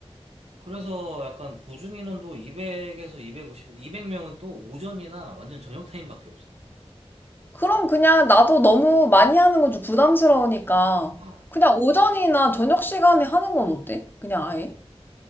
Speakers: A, on the right; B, on the left.
A: 그래서 약간 보증인원도 200에서 250, 200명은 또 오전이나 완전 저녁 타임밖에 없어.
B: 그럼 그냥 나도 너무 많이 하는 건 좀 부담스러우니까
A: 어.
B: 그냥 오전이나 저녁 시간에 하는 건 어때? 그냥 아예?